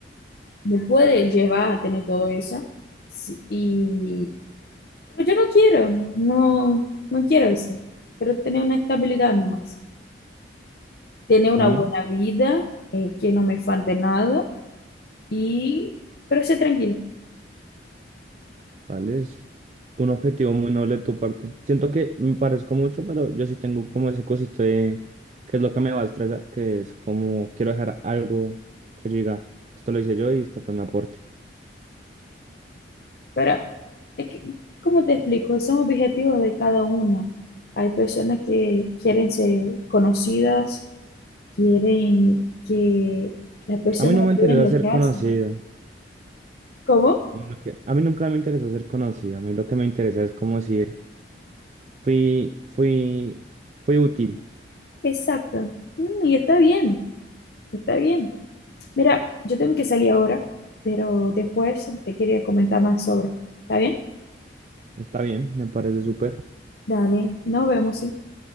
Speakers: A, on the left; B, on the right.
A: me puede llevar a tener todo eso. Sí, y, pero yo no quiero, no, no quiero eso. Quiero tener una estabilidad nomás. Tener una
B: Bueno.
A: buena vida, eh, que no me falte nada y, pero ser tranquila.
B: ¿Vale? Es un objetivo muy noble de tu parte. Siento que me parezco mucho, pero yo sí tengo como ese cosito de que es lo que me va a estresar, que es como quiero dejar algo que yo diga, esto lo hice yo y este fue mi aporte.
A: Pero, es que, ¿cómo te explico? Son objetivos de cada uno. Hay personas que quieren ser conocidas, quieren que las personas
B: A mí no me interesa
A: vean lo
B: ser
A: que
B: conocido.
A: hacen. ¿Cómo?
B: A mí, lo que- a mí nunca me interesó ser conocido. A mí lo que me interesa es como decir, fui, fui, fui útil.
A: Exacto. Mm, y está bien, está bien. Mira, yo tengo que salir ahora, pero después te quería comentar más sobre. ¿Está bien?
B: Está bien, me parece súper.
A: Dale, nos vemos, sí.